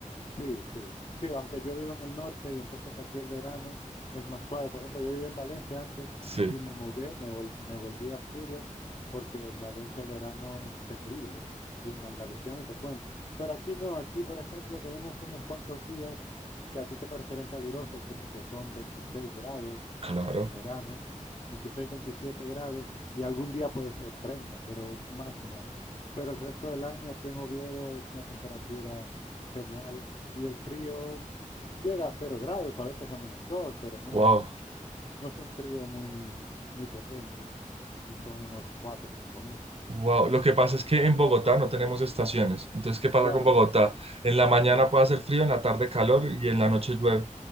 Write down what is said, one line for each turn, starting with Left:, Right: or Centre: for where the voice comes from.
Left: Sí, sí, sí, aunque yo vivo en el norte y entonces aquí el verano es más suave. Por ejemplo, yo vivía en Valencia antes
Right: Sí,
Left: y me mudé, me vol- me volví a Asturias porque en Valencia el verano es terrible y en Andalucía ni te cuento. Pero aquí no, aquí por ejemplo tenemos unos cuantos días que a ti te parecerían calurosos, que porque son 26 grados
Right: claro.
Left: en verano, 26, 27 grados y algún día puede ser 30, pero más no. Pero el resto del año aquí en Oviedo es una temperatura genial. Y el frío llega a cero grados, a veces a menos dos, pero no,
Right: Wow,
Left: no es un frío muy, muy potente y son unos cuatro o cinco meses.
Right: wow. Lo que pasa es que en Bogotá no tenemos estaciones. Entonces, ¿qué pasa
Left: Claro,
Right: con Bogotá? En la mañana puede hacer frío, en la tarde calor y en la noche llueve.